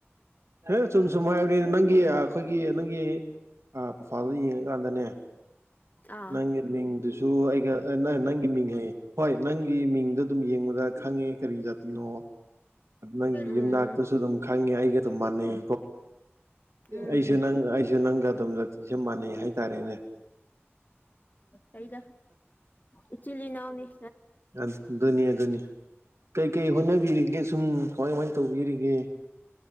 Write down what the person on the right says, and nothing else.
ꯑꯦ ꯆꯝ ꯁꯨꯝ ꯍꯥꯏꯕꯅꯤ ꯅꯪꯒꯤ ꯑꯩꯈꯣꯏꯒꯤ ꯅꯪꯒꯤ ꯑ ꯄꯨꯐꯥꯜꯗ ꯌꯦꯡꯉꯀꯥꯟꯗꯅꯦ
ꯅꯪꯒꯤ ꯃꯤꯡꯗꯨꯁꯨ ꯑꯩꯒ ꯅꯪꯒꯤ ꯃꯤꯡ ꯍꯥꯏꯌꯦ ꯍꯣꯏ ꯅꯪꯒꯤ ꯃꯤꯡꯗ ꯑꯗꯨꯝ ꯌꯦꯡꯕꯅꯦ ꯈꯪꯉꯦ ꯀꯔꯤ ꯌꯥꯇ ꯅꯣ ꯅꯦꯒ
ꯌꯨꯜꯇꯁꯨ ꯑꯗꯨꯝ ꯑꯩꯒ ꯑꯗꯨꯝ ꯃꯥꯟꯅꯩ
ꯑꯩꯁꯨ ꯅꯦꯒ ꯑꯩꯁꯨ ꯅ ꯃꯇꯝꯝ ꯖꯥꯇꯤꯁꯦ ꯃꯥꯟꯅꯩ ꯍꯥꯏꯇꯥꯔꯦꯅꯦ
ꯑꯗꯨꯅꯤ ꯑꯗꯨꯅꯤ ꯀꯩꯀꯩ ꯍꯣꯠꯅꯕꯤꯔꯤꯒꯦ ꯁꯨꯝ ꯀꯃꯥꯏꯃꯥꯏꯅ ꯇꯧꯕꯤꯔꯤꯒꯦ